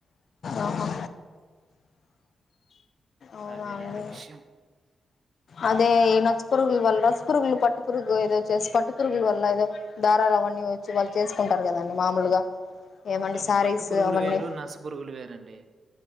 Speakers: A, on the left; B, on the right.
A: ఆహా అవునా
B: అదేనండి
A: అండి
B: విషయం
A: అదే ఈ నచ్చపురుగుల వల్ల రసపురుగులు పట్టు పురుగు ఏదో చేస్తసి పట్టు పురుగుల వల్ల ఏదో దారాలు అవన్నీ వచ్చి వాళ్ళు చేసుకుంటారు కదండి మామూలుగా ఏమండి
B: అవి
A: శారీస్
B: పట్టు పురుగులు
A: అవన్నీ
B: వేరు, నస పురుగులు వేరండి.